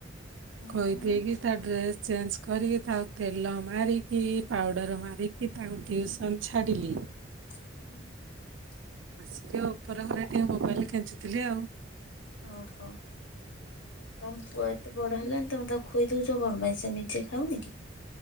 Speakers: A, on the left; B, on the right.
A: ହୁଁ
B: ଖୋଇଦେଇକି ତା ଡ୍ରେସ ଚେଞ୍ଜ କରିକି ତାକୁ ତେଲ ମାରିକି ପାଉଡ଼ର ମାରିକି ତାକୁ ଟିଉସନ୍ ଛାଡ଼ିଲି।
A: <inaudible>
B: ଆସିକି ଆଉ ଉପର ଘରେ ଟିକେ ମୋବାଇଲ କେଞ୍ଚୁ ଥିଲି ଆଉ।
A: ଓହୋ ତମ ପୁଅ ଏତେ ବଡ଼ ହେଲାନି ତମେ ତାକୁ ଖୋଇ ଦୋଉଚ କଣ ପାଇଁ ସେ ନିଜେ ଖାଉନି କି?